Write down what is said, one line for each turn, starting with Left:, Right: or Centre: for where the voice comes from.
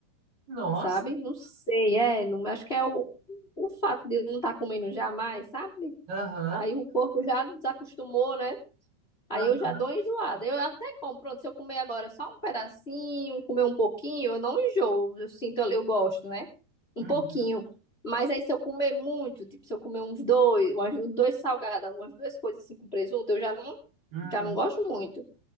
Right: Nossa,
Left: sabe? Não sei, é, não, acho que é o, o fato de eu não estar comendo jamais, sabe?
Right: aham.
Left: Aí o corpo já desacostumou, né? Aí
Right: aham.
Left: eu já dou enjoada. Eu até como, pronto, se eu comer agora só um pedacinho, comer um pouquinho, eu não enjoo, eu, eu sinto, eu gosto, né? Um
Right: Uhum.
Left: pouquinho. Mas aí se eu comer muito, tipo, se eu comer uns dois, umas, dois salgados, umas duas coisas assim com presunto, eu já não,
Right: Hum.
Left: já não gosto muito.